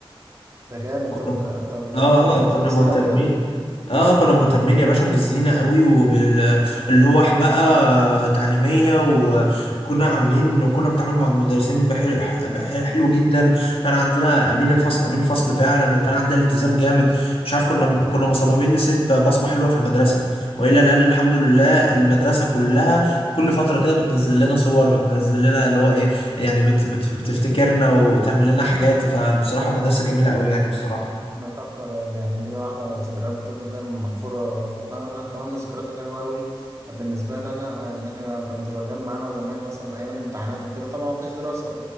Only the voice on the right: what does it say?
ده جامد
طب لا- طب يعني
طب
عشان الزينة
وكده
ده تحفة ده ده يعني دي واحدة ذكريات بتفضل دايما محفورة في دماغنا كمان من الذكريات الحلوة أوي بالنسبة لنا آه، إن إحنا كنت بجمع أنا وزمايلي مثلا أيام الامتحانات وكده طبعا مفيش دراسة